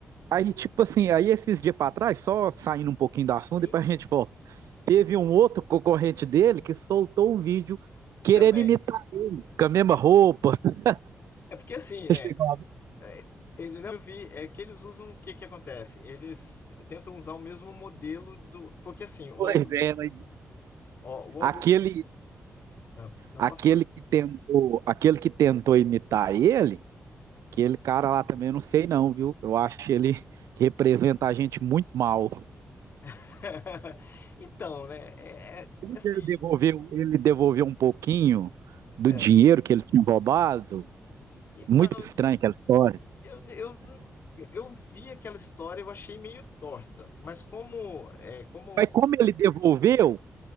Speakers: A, on the right; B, on the left.
A: aí tipo assim, aí esses dias para trás, só saindo um pouquinho do assunto,
B: bem
A: depois a gente volta. Teve um outro concorrente dele que soltou um vídeo querendo
B: também.
A: imitar com a mesma
B: É,
A: roupa. <laughs>
B: é porque assim,
A: Você
B: né?
A: chegou a-
B: eh, Ele não eu vi, é que eles usam o que que acontece? Eles tentam usar o mesmo modelo do. Porque assim, o,
A: Pois
B: algo-
A: é, mas
B: ó, o
A: aquele
B: algoritmo. ah, Não,
A: aquele
B: não pode falar.
A: que tentou, aquele que tentou imitar ele Aquele cara lá também eu não sei não, viu? Eu acho ele <laughs> que representa a gente muito mal.
B: <laughs> Então, né? É, é-
A: Sendo
B: é assim,
A: que Ele devolveu, ele devolveu um pouquinho do
B: É,
A: dinheiro que ele tinha roubado.
B: então,
A: Muito estranha aquela história.
B: eu, eu, eu vi aquela história, eu achei meio torta, mas como, é, como,
A: Mas como ele devolveu,